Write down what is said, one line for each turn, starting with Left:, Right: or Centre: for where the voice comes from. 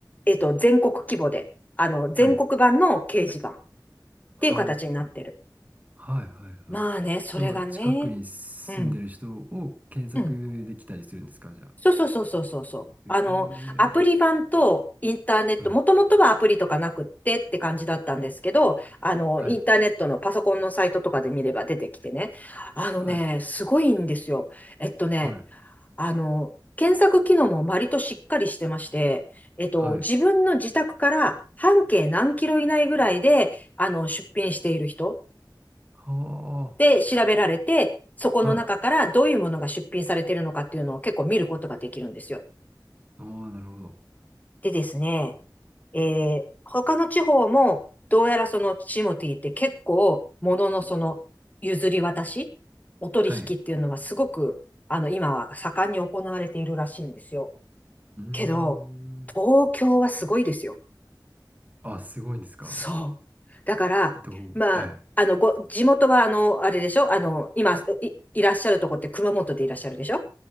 Left: う、えっと、全国規模で、あの、全国版の掲示板っ
Right: はい。は
Left: ていう形になってる。
Right: あ。はいはいはい。
Left: まあね、それがね、
Right: じゃあ、もう近くに住んでる人を検索できたりするんですか、
Left: うん、うん。
Right: じゃあ。
Left: そうそうそうそうそうそう。あの、
Right: ええ
Left: アプリ版とインターネット、
Right: うん
Left: もともとはアプリとかなくってって感じだったんですけど、あの、
Right: はい、
Left: インターネットのパソコンのサイトとかで見れば出てきてね、あのね、
Right: はい、
Left: すごいんですよ。えっとね、
Right: はい、
Left: あの、検索機能も割としっかりしてまして、えっと、
Right: はい。
Left: 自分の自宅から半径何キロ以内ぐらいで、あの、出品している人
Right: は
Left: で調べられて、そこの中からどういうものが出品されているのかっていうのを結構見ることができるんですよ。
Right: あ、はい。ああ、なるほど。
Left: でですね、えー他の地方も、どうやらそのチモティって結構、もののその譲り渡し、お取引っていうのはすごく、
Right: はい。う
Left: あの、今は盛んに行われているらしいんですよ。
Right: ーん。
Left: けど、東京はすごいですよ。
Right: あ、すごいんですか。
Left: そう。だから、
Right: どう、
Left: まあ、
Right: はい。
Left: あの、ご、地元は、あの、あれでしょあの、今い、いらっしゃるとこって熊本でいらっしゃるでしょ